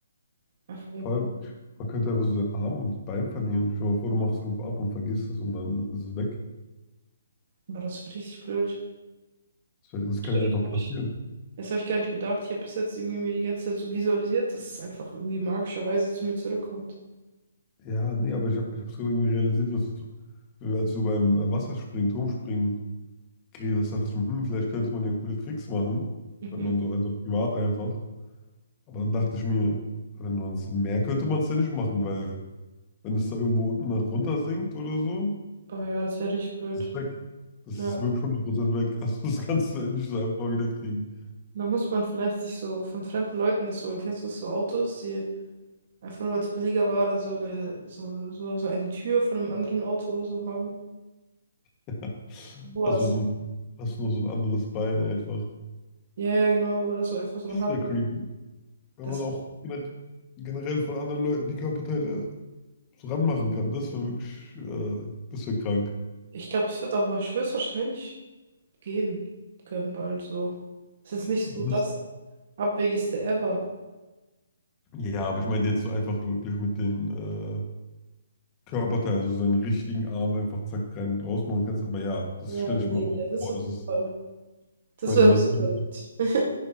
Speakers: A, on the right; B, on the left.
A: Einfach,
B: Vor allem, man könnte einfach so seinen Arm und Bein verlieren. Stell dir mal vor, du machst irgendwo ab und vergisst es und dann ist es weg.
A: aber das ist richtig blöd.
B: Das, wär- das
A: Stimmt,
B: kann ja einfach
A: habe
B: passieren.
A: ich. Das habe ich gar nicht bedacht. Ich habe bis jetzt irgendwie mir die ganze Zeit so visualisiert, dass es einfach irgendwie magischerweise zu mir zurückkommt.
B: Ja, nee, aber ich habe ich es irgendwie realisiert, was, als du beim äh, Wasserspringen, Turmspringen geredet hast, dachte ich mir, hm, hm, vielleicht könnte man ja coole Tricks machen,
A: Mhm.
B: wenn man so, also privat einfach. Aber dann dachte ich mir, wenn man es im Meer könnte man es ja nicht machen, weil wenn es da irgendwo unten nach runter sinkt oder so,
A: Oh ja, das wäre richtig blöd.
B: ist es weg. Das
A: Ja.
B: ist wirklich hundert Prozent weg. <laughs> Also das kannst du nicht so einfach wieder kriegen.
A: Da muss man vielleicht sich so von fremden Leuten das so, kennst du das so Autos, die einfach nur weil es billiger war, dann so eine, so, so, so eine Tür von einem anderen Auto oder so haben.
B: <laughs>
A: Sowas.
B: Hast du so ein, hast du noch so ein anderes Bein einfach.
A: Ja, ja, genau. Oder so einfach so eine
B: Das
A: Hand.
B: Ist ja creepy. Wenn
A: Das,
B: man auch gener- generell von anderen Leuten die Körperteile so ranmachen kann, das wäre wirklich, äh, das wäre krank.
A: ich glaube, es wird auch wahrsch- höchstwahrscheinlich gehen können bald so. Es ist nicht
B: Aber
A: so
B: das,
A: das Abwegigste ever.
B: Ja, aber ich meinte jetzt so einfach wirklich mit den äh, Körperteilen, also seinen richtigen Arm einfach zack rein und raus machen kannst. Aber ja, das
A: Ja,
B: stelle ich
A: nee,
B: mir auch
A: ja, das
B: vor.
A: auf
B: Das
A: jeden
B: ist,
A: Fall. Das
B: ich meine,
A: wäre
B: man
A: ein bisschen
B: sieht,
A: verrückt.